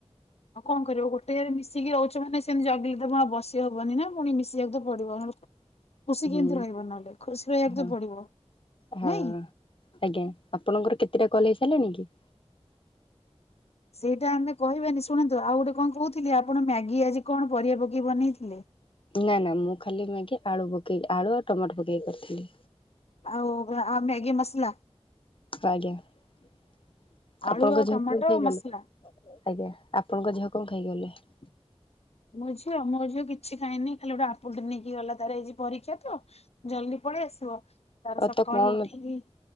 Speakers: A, on the left (about 65°); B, on the left (about 50°).
A: ଆଉ କଣ କରିବ ଗୋଟେ ଜାଗାରେ ମିଶିକି ରହୁଛ ମାନେ ସେମିତି ଜଗିଲି ତ ବସି ହବନି ନା ପୁଣି ମିଶିିବାକୁ ତ ପଡିବ। ଖୁସି
B: ହୁଁ
A: କେମତି ରହିବ ନହେଲେ ଖୁସି ରହିବାକୁ
B: ହଁ
A: ତ ପଡିବ
B: ହଁ।
A: ନାଇଁ?
B: ଆଜ୍ଞା ଆପଣଙ୍କର କେତେଟା କଲ୍ ହେଇସାରିଲାଣି କି?
A: ସେଇଟା ଆମେ କହିବାନି ଶୁଣନ୍ତୁ ଆଉ ଗୋଟେ କଣ କହୁଥିଲି ଆପଣ ମ୍ୟାଗି ଆଜି କଣ ପରିବା ପକେଇ ବନେଇଥିଲେ?
B: ନା ନା ମୁଁ ଖାଲି ମ୍ୟାଗି ଆଳୁ ପକେଇକି ଆଳୁ ଆଉ ଟମାଟୋ ପକେଇକି କରିଥିଲି।
A: ଆଉ ଭା-ଆ ମ୍ୟାଗି ମସଲା?
B: ଆଜ୍ଞା ଆପଣଙ୍କ <unintelligible> ଆଜ୍ଞା
A: ଆଳୁ ଆଉ ଟମାଟୋ
B: ଆପଣଙ୍କ
A: ମସଲା।
B: ଝିଅ କଣ ଖାଇକି ଗଲେ?
A: ମୋ ଝିଅ ମୋ ଝିଅ କିଛି ଖାଇନି ଖାଲି ଗୋଟେ ଆପୁଲ ଟେ ନେଇକି ଗଲା ତାର ଏଇ ପରୀକ୍ଷା ତ। ଜଲଦି ପଳେଇ ଆସିବ ତାର
B: ଆଉ
A: ସକାଳୁ
B: ତ କଣ
A: ଉଠିକି